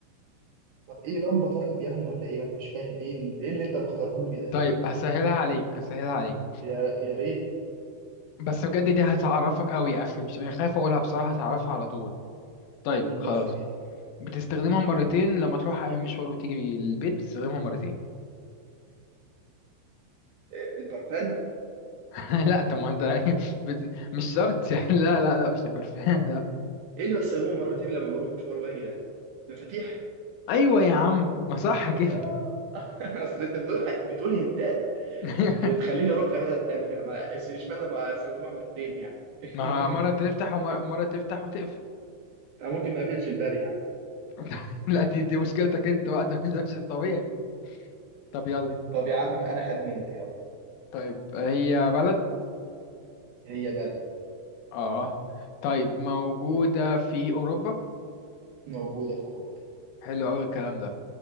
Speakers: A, on the right; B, on the left.
A: طب ايه لمبه طيب يعني ولا ايه ما انا مش فاهم ايه اللي, إيه اللي انت مختاره لي ده
B: طيب هسهلها عليك هسهلها عليك
A: يا يا ريت
B: بس بجد دي هتعرفك قوي يا اخي مش مش خايف اقولها بصراحه هتعرفها على طول طيب
A: قول
B: خلاص
A: بس كده
B: بتستخدمها مرتين لما تروح اي مشوار وتيجي البيت بتستخدمها مرتين
A: آه، البرفان
B: <laughs> لا طب ما انت <laughs> بت... مش شرط يعني لا لا لا مش برفان لا
A: ايه اللي بستخدمه مرتين لما بروح مشوار واجي ده مفاتيح
B: ايوه يا عم ما صح كده
A: يا <laughs> اصل انت بتقول بتقول هنتات
B: <laughs>
A: تخليني اروح في حته تانية ما اشمعنى ما استخدمها مرتين يعني <laughs>
B: ما هو مرة تفتح ومرة تفتح وتقفل
A: انا ممكن ما اقفلش الباب يعني
B: <laughs> لا دي دي مشكلتك انت بقى ده مش ده مش الطبيعي طب يلا
A: طب يا عم انا خمنت يلا
B: طيب هي بلد
A: هي بلد
B: اه طيب موجودة في أوروبا
A: موجوده في اوروبا
B: حلو أوي الكلام ده